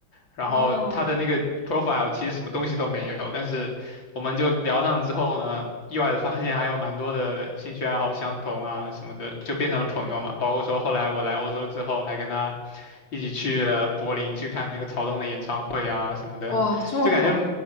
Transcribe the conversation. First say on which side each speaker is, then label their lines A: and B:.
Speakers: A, on the left; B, on the left.
A: 然后他的那个
B: 啊
A: profile 其实什么东西都没有，但是我们就聊上之后呢，意外的发现还有蛮多的兴趣爱好相同啊什么的，就变成了朋友嘛。包括说后来我来欧洲之后，还跟他。一起去了柏林去看那个曹东的演唱会啊什么的，
B: 哇，这么好，
A: 就感觉